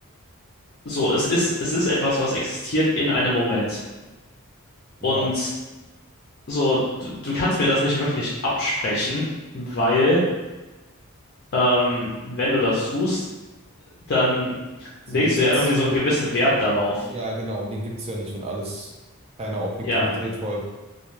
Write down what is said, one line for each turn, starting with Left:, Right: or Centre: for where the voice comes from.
Left: so, es ist, es ist etwas, was existiert in einem Moment.
Right: Ja,
Left: Und so, du, du kannst mir das nicht wirklich absprechen, weil, ähm, wenn du das tust, dann
Right: se-
Left: legst
Right: setzt
Left: du ja irgendwie
Right: du,
Left: so einen gewissen Wert darauf.
Right: ja genau, und den gibt es ja nicht, wenn alles einer Objektivität
Left: Ja,
Right: folgt.